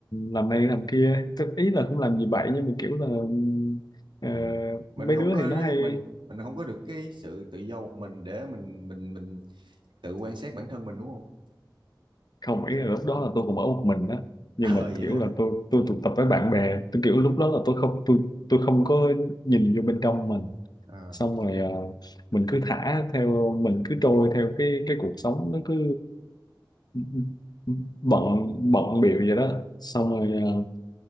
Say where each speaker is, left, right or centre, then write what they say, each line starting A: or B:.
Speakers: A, on the left; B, on the right.
A: làm này làm kia Tức ý là cũng làm gì vậy nhưng mà kiểu là ừ, ờ,
B: ừ. mình
A: mấy
B: không
A: đứa
B: có
A: thì nó hay
B: mình mình không có được cái sự tự do một mình để mình mình mình tự quan sát bản thân mình đúng không
A: không ý là lúc đó là tôi cũng ở một mình đó nhưng
B: ờ
A: mà
B: vậy
A: kiểu
B: hả
A: là tôi tôi tụ tập với bạn bè tôi kiểu lúc đó là tôi không tôi tôi không có nhìn vô bên trong mình
B: à
A: xong rồi ờ, mình cứ thả theo mình cứ trôi theo cái cái cuộc sống nó cứ ờ, bận bận bịu vậy đó xong
B: ừ.
A: rồi ờ,